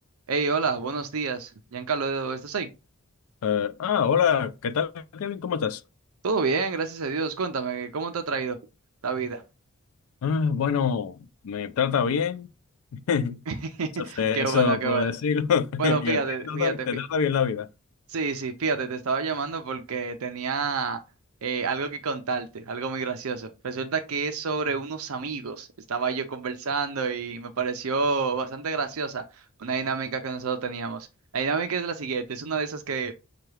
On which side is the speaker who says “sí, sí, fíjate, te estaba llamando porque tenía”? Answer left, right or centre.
Right